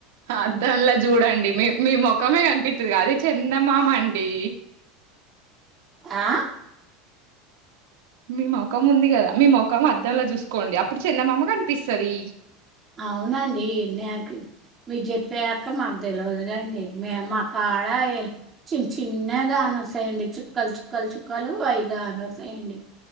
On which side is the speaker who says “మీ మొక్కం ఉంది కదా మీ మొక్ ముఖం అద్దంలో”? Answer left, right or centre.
Right